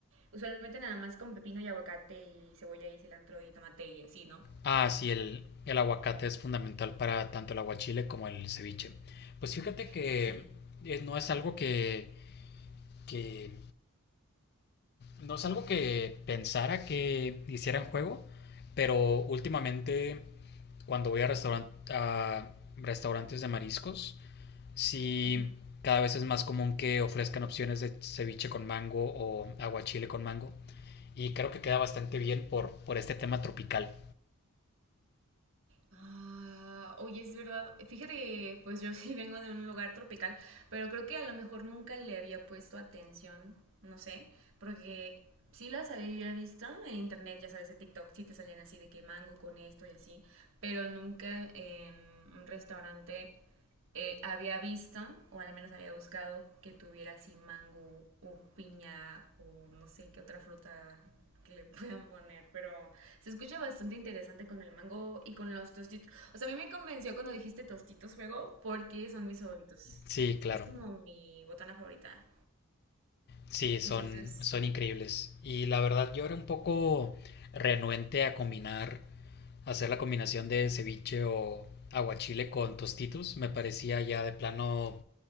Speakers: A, on the right; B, on the left.
A: Usualmente nada más con pepino y aguacate y cebolla y cilantro y tomate y así, ¿no?
B: Ah, sí, el, el aguacate es fundamental para tanto el aguachile como el ceviche. Pues fíjate que
A: Sí.
B: es- no es algo que, que no es algo que pensara que hicieran juego, pero últimamente cuando voy a, restauran- a restaurantes de mariscos Sí,
A: Ujú.
B: cada vez es más común que ofrezcan opciones de ceviche con mango o aguachile con mango. Y creo que queda bastante bien por, por este tema tropical.
A: Ah, oye, es verdad. Fíjate que pues yo <laughs> sí vengo de un lugar tropical, pero creo que a lo mejor nunca le había puesto atención, no sé, porque sí las había visto en internet, ya sabes, en TikTok, sí te salían así de que mango con esto y así, pero nunca en un restaurante eh, había visto, o al menos había buscado, que tuviera así mango o piña o no sé qué otra fruta que le <laughs> puedan poner, pero se escucha bastante interesante con el mango y con los tostitos. O sea, a mí me convenció cuando dijiste tostitos fuego porque son mis favoritos.
B: Sí, claro.
A: Es como mi botana favorita.
B: Sí, son,
A: Entonces,
B: son increíbles. Y la verdad yo era un poco renuente a combinar, hacer la combinación de ceviche o aguachile con tostitos. Me parecía ya de plano